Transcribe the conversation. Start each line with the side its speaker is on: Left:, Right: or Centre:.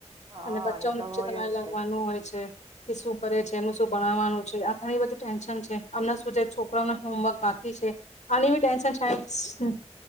Right: હા
Left: અને બચ્ચા
Right: એ તો
Left: પછે
Right: હોય
Left: તમારે
Right: જ
Left: લાગવાનું
Right: છે
Left: હોય છે એ શું કરે છે એનું શું ભણવાનું છે આમ ઘણી બધી ટેન્શન છે અમનાં શું જે છોકરાઓને હોમવર્ક બાકી છે આની બી ટેન્શનદ